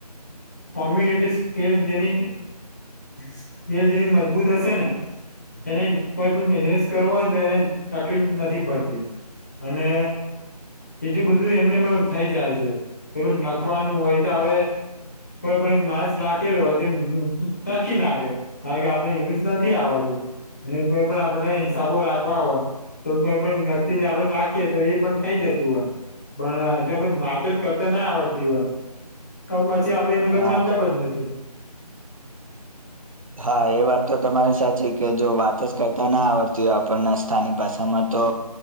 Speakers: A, on the left; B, on the right.
A: કોમ્બિનેટિવ સ્કીલ જેની સ્કીલ જેની મજબૂત હશે ને એને કોઈ પણ બિજ્નેશ કરવો હોય તો એને તકલી નથી પડતી અને બીજું બધું એમને થઈ જાય છે કે નખવાનું હોય તો હવે કોઈ પણ માર્સ નાખેલો હોય તો નાખી નાખે કારણ કે આપડને ઈંગ્લિશ નથી આવડતું એ કોઈ પણ આપણે હિસાબો રાખવા હોય તોમે પણ વ્યક્તિને આપ નાખીએ. તો એ પણ થઇ જતું હોય પણ હજ આપડ વાતો જ કરતા ના આવડતી હોય તો પછી આપડે એનું
B: હા
A: કેમતલબ જ નથી
B: હા એ વાત તો તમારી સાચી કે જો વાત જ કરતા ના આવડતી હોય આપણને સ્થાનિક ભાષામાં તો